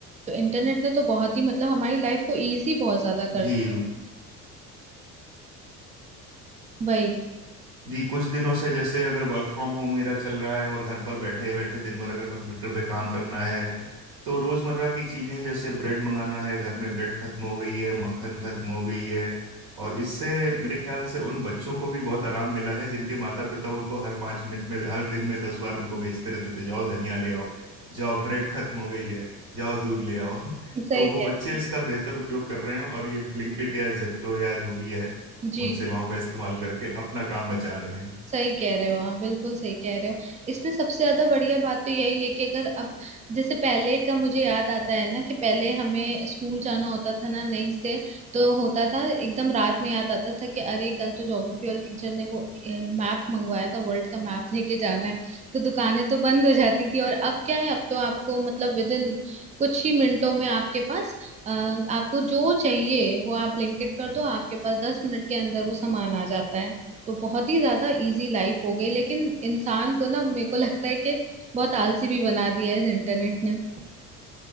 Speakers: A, on the right (about 15°); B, on the right (about 50°).
A: तो इंटरनेट ने तो बहुत ही मतलब हमारी लाइफ को इजी बहुत ज्यादा कर
B: जी
A: दिया है। वही
B: जी कुछ दिनों से जैसे अगर वर्क फ्रॉम होम मेरा चल रहा है और घर पर बैठे बैठे दिन भर अगर कंप्यूटर पे काम करना है तो रोजमर्रा की चीजें जैसे ब्रेड मंगाना है घर में ब्रेड खत्म हो गई है मक्खन खत्म हो गई है और इससे मेरे ख्याल से उन बच्चों को भी बहुत आराम मिला है जिनके माता पिता उनको हर पांच मिनट में हर दिन में दस बार उनको भेजते रहते थे जाओ धनिया ले आओ जाओ ब्रेड खत्म हो गई है जाओ दूध ले आओ <laughs>
A: सही
B: तो वो
A: कह
B: बच्चे
A: रहे
B: इसका
A: हैं
B: बेहतर उपयोग कर रहे हैं और ये ब्लिंकिट या जेप्टो या जो भी है
A: जी
B: उन सेवाओं
A: जी
B: का इस्तेमाल करके अपना काम बचा रहे
A: सही कह रहे हो आप बिल्कुल सही कह रहे हो इसमें सबसे ज्यादा बढ़िया बात तो यही है कि अगर अब जैसे पहले का मुझे याद आता है ना कि पहले हमें स्कूल जाना होता था ना नेक्स्ट डे तो होता था एकदम रात में याद आता था कि अरे कल तो ज्योग्राफी वाले टीचर ने वो मैप मंगवाया था वर्ल्ड का मैप लेके जाना है तो दुकानें तो बंद हो जाती थी और अब क्या है अब तो आपको मतलब विद इन कुछ ही मिनटों में आपके पास अ, आपको जो चाहिए वो आप ब्लिंकिट कर दो आपके पास दस मिनट के अंदर वो सामान आ जाता है तो बहुत ही ज्यादा इजी लाइफ हो गई लेकिन इंसान को ना मेरे को लगता है कि बहुत आलसी भी बना दिया है इस इंटरनेट ने